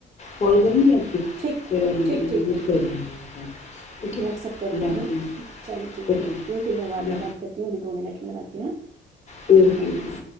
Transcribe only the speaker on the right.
ٹھیک
ٹھیک ٹھیک ٹھیک
ٹھیک
واٹسپ کروں
گی
میں ٹھیک ہے چلیے ٹھیک
ہے رکھتی ہوں پھر میں
بد میں بات کرتی ہوں ابھی دو منٹ میں لگاتی ہوں
اللہ
حافظ